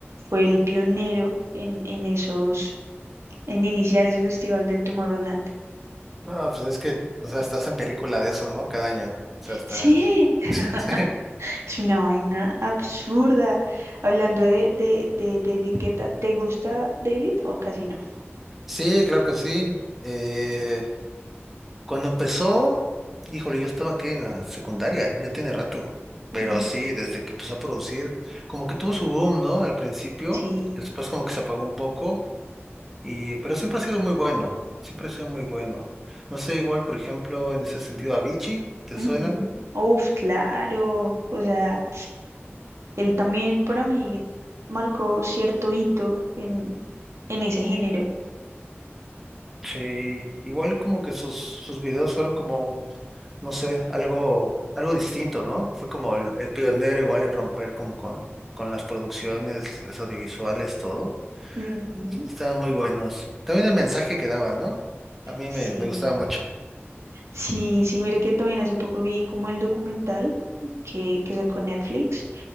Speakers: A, on the right; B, in the centre.
A: fue el pionero en, en esos, en iniciar ese festival del Tomorrowland.
B: No, pues es que, o sea, estás en película de eso, ¿no? Cada año. O sea, estás.
A: Sí, <laughs>
B: <laughs>
A: es una vaina absurda. Hablando de, de, de David Guetta, ¿te gusta David o casi no?
B: Sí, claro que sí. Eh, cuando empezó, híjole, yo estaba aquí en la secundaria, ya tiene rato. Pero
A: Ujú.
B: sí, desde que empezó a producir, como que tuvo su boom, ¿no? Al principio,
A: Sí.
B: después como que se apagó un poco, y, pero siempre ha sido muy bueno, siempre ha sido muy bueno. No sé, igual, por ejemplo, en ese sentido, Avicii, ¿te
A: Ujú.
B: suena?
A: Uf, claro. O sea, él también para mí marcó cierto hito en, en ese género.
B: Sí, igual como que sus, sus videos fueron como no sé, algo, algo distinto, ¿no? Fue como el, el pionero igual en romper como con, con las producciones, las audiovisuales, todo.
A: Ujú, ujú.
B: Estaban muy buenos. También el mensaje que daba, ¿no? A mí
A: Sí.
B: me, me gustaba mucho.
A: Sí, sí, mire que también hace poco vi como el documental que, que sacó Netflix